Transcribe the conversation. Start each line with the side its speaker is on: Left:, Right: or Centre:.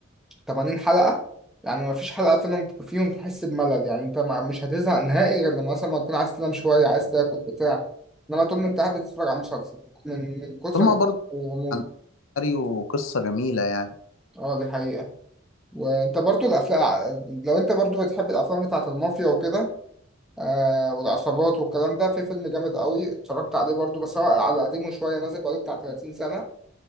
Centre: 80 حلقة يعني ما فيش حلقة فيهم فيهم تحس بملل يعني انت ما- مش هتزهق نهائي غير لما مثلا ما تكون عايز تنام شوية عايز تاكل بتاع انما طول ما انت قاعد بتتفرج على مسلسل من من كتر
Left: ثم برضه
Centre: الغموض
Left: عن ماريو قصة جميلة يعني
Centre: اه دي حقيقة وانت برضو الافلام لو انت برضو بتحب الافلام بتاعت المافيا وكده آه والعصابات والكلام ده في فيلم جامد قوي اتفرجت عليه برضو بس هو على قديمه شوية نازل بقاله بتاع 30 سنة